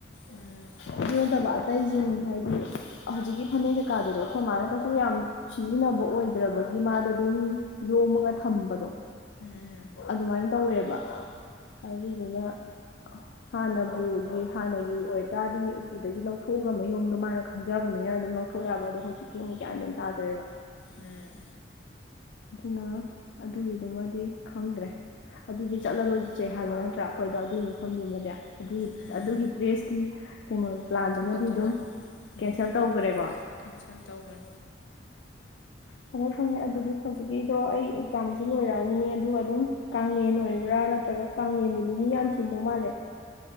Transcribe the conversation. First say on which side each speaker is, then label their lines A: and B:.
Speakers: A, on the left; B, on the left.
A: ꯎꯝ
B: ꯑꯗꯨ ꯅꯠꯇꯕ ꯑꯇꯩꯖꯤꯡ ꯍꯥꯏꯗꯤ ꯍꯧꯖꯤꯛꯀꯤ ꯐꯅꯦꯛ ꯀꯩꯀꯥꯗꯨꯅꯦ ꯑꯩꯈꯣꯏ ꯃꯥꯅ ꯀꯩꯁꯨ ꯌꯥꯝ ꯁꯤꯖꯤꯟꯅꯕ ꯑꯣꯏꯗ꯭ꯔꯕꯒꯤ ꯃꯥꯗ ꯑꯗꯨꯝ ꯌꯣꯝꯃꯒ ꯊꯝꯕꯗꯣ
A: ꯎꯝ
B: ꯑꯗꯨꯃꯥꯏꯅ ꯇꯧꫪ‌ꯦꯕ ꯑꯗꯨꯗꯨꯅ ꯍꯥꯟꯅꯕꯨꯒꯤ ꯍꯥꯟꯅꯒꯤ ꯑꯣꯏꯇꯥꯔꯗꯤ ꯎꯄꯨꯗꯒꯤ ꯂꯧꯊꯣꯛꯑꯒ ꯃꯌ‌ꯣꯝꯗꯣ ꯃꯥꯅ ꯈꯪꯖꯕꯅꯤꯅ ꯑꯗꯨꯝ ꯂꯧꯊꯣꯛ ꯌꯥꯕ ꯑꯗꯣ ꯍꯧꯖꯤꯛꯀꯤ ꯑꯃꯨꯛ ꯒꯌꯥꯟ ꯃ‌ꯦꯟ ꯇꯥꯗ꯭ꯔꯦꯕ
A: ꯎꯝ
B: ꯑꯗꯨꯅ ꯑꯗꯨꯒꯤꯗꯨꯃꯗꯤ ꯈꯪꯗ꯭ꯔꯦ ꯑꯗꯨꯗꯤ ꯆꯠꯂꯔꯣꯏꯁꯦ ꯍꯥꯏꯕ ꯅꯠꯇ꯭ꯔꯥ ꯑꯩꯈꯣꯏꯗꯣ ꯑꯗꯨꯒꯤ ꯃꯐꯝꯗꯨꯃꯗꯤ ꯑꯗꯨ
A: ꯎꯝ
B: ꯑꯗꯨꯒꯤ ꯗ꯭ꯔꯦꯁ ꯀꯤ ꯀꯩꯅꯣ ꯄ꯭ꯂꯥꯟꯗꯨꯃꯗꯤ
A: ꯊꯕꯛꯇꯨꯃ
B: ꯑꯗꯨꯝ
A: ꯎꯝ
B: ꯀꯦꯟꯁꯦꯜ ꯇꯧꯒ꯭ꯔ‌ꯦꯀꯣ
A: ꯀꯦꯟꯁꯦꯜ ꯇꯧꯔꯦ
B: ꯐꯪꯉꯦ ꯐꯪꯉꯦ ꯑꯗꯨꯗꯤ ꯍꯧꯖꯤꯛꯀꯤꯗꯣ ꯑꯩ ꯑꯦꯛꯖꯥꯝꯖꯨ ꯂꯣꯏꯔꯛꯑꯅꯤ ꯑꯗꯨꯒ ꯑꯗꯨꯝ ꯀꯥꯡꯉꯦꯟ ꯑꯣꯏꯕ꯭ꯔꯥ ꯅꯠꯇ꯭ꯔꯒ ꯀꯥꯡꯉꯦꯟꯗꯨꯗꯤ ꯃꯤ ꯌꯥꯝ ꯆꯟꯗꯧ ꯃꯥꯜꯂꯦ